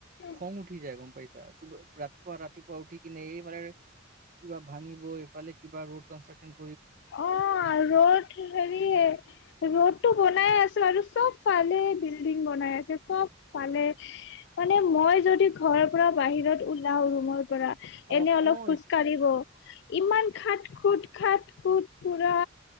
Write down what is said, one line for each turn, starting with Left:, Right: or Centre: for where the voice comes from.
Left: অ
Right: খং উঠি যায় গম। পাইছা ৰাতিপুৱা ৰাতিপুৱা উঠিকিনে এইফানে। কিবা ভাঙিব এইফালে কিবা ৰোড কনষ্ট্ৰকশন।
Left: অঁ ৰ'ড হেৰি ৰ'ডটো বনাই আছোঁ আৰু। চব ফালে বিল্ডিং বনাই আছে চব ফালে মানে মই যদি ঘৰৰ পৰা। বাহিৰত ওলাও ৰুমৰ পৰা। এনে
Right: অ
Left: অলপ
Right: অ
Left: খোজকাঢ়িব
Right: এইটো
Left: ইমান খাট খুট খাট খুট পুৰা।